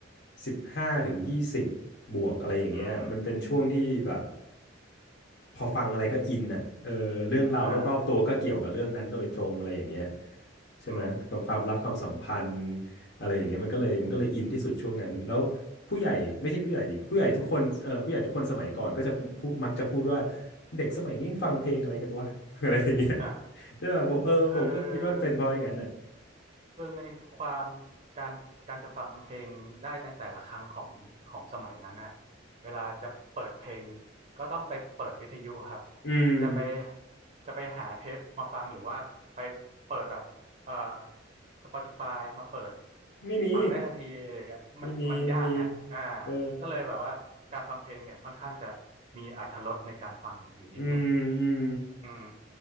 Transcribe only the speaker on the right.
อืม
อ่า
อืม
อ่า
คือคือในความการการจะฟังเพลงได้ในแต่ละครั้งของของสมัยนั้นน่ะเวลาจะเปิดเพลงก็ต้องไปเปิดวิทยุครับ
จะไปจะไปหาเทปมาฟังหรือว่าไปเปิดแบบเอ่อ Spotify มาเปิด
ฟังได้ทันทีอะไรอย่างเงี้ยมันมันยากฮะอ่า
ก็เลยแบบว่าการฟังเพลงเนี่ยค่อนข้างจะมีอรรถรสในการฟังอยู่นิดหนึ่ง
อืม